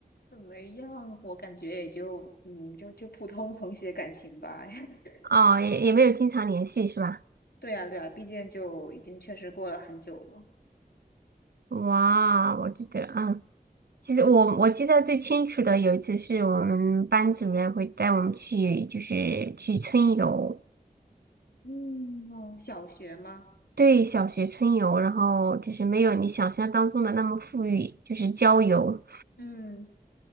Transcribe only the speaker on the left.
怎么样？我感觉也就，嗯，就就普通同学感情吧。<laughs>
对呀，对呀，毕竟就已经确实过了很久了。
嗯，哦小学吗？
嗯，